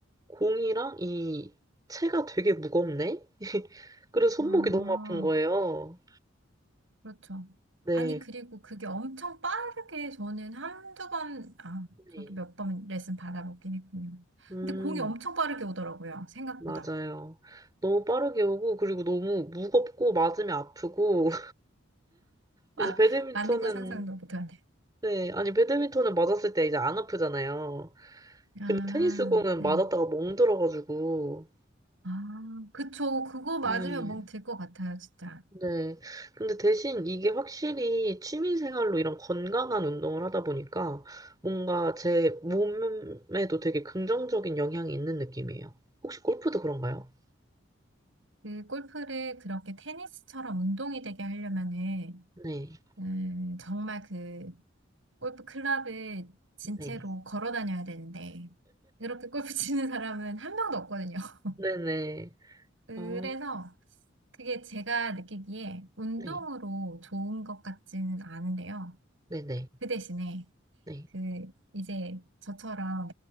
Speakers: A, on the right; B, on the right.
A: 공이랑 이 채가 되게 무겁네? <laughs> 그래서 손목이
B: 아,
A: 너무 아픈 거예요.
B: 그렇죠.
A: 네.
B: 아니, 그리고 그게 엄청 빠르게 저는 한두 번, 아, 저도
A: 네.
B: 몇 번 레슨 받아보긴 했군요.
A: 음,
B: 근데 공이 엄청 빠르게 오더라고요. 생각보다.
A: 맞아요. 너무 빠르게 오고, 그리고 너무 무겁고, 맞으면 아프고,
B: 아,
A: 이제 배드민턴은,
B: 맞는 거 상상도 못하네요.
A: 네, 아니, 배드민턴은 맞았을 때 이제 안 아프잖아요.
B: 아,
A: 근데 테니스 공은
B: 네.
A: 맞았다가 멍들어가지고,
B: 아, 그쵸. 그거 맞으면
A: 네,
B: 멍 들 것 같아요, 진짜.
A: 네. 근데 대신 이게 확실히 취미 생활로 이런 건강한 운동을 하다 보니까 뭔가 제 몸에도 되게 긍정적인 영향이 있는 느낌이에요. 혹시 골프도 그런가요?
B: 그 골프를 그렇게 테니스처럼 운동이 되게 하려면은
A: 네,
B: 음, 정말 그 골프 클럽을 진채로
A: 네.
B: 걸어 다녀야 되는데 그렇게 골프 <laughs> 치는 사람은 한 명도 없거든요. <laughs>
A: 네네.
B: 그래서
A: 어,
B: 그게 제가 느끼기에 운동으로
A: 네.
B: 좋은 것 같지는 않은데요.
A: 네네.
B: 그 대신에
A: 네.
B: 그 이제 저처럼